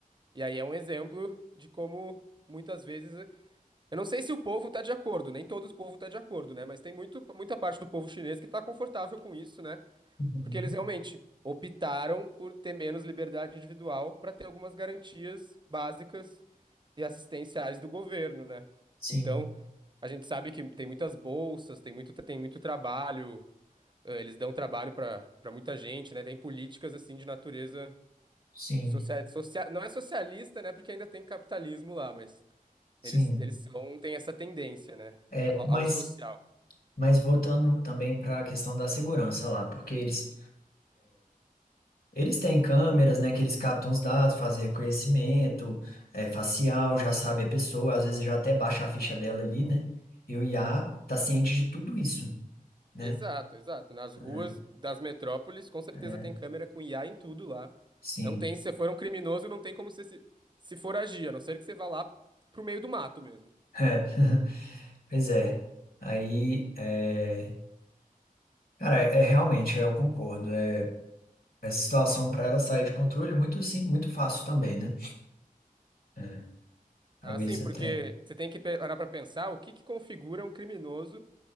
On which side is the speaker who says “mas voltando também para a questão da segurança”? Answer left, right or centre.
Left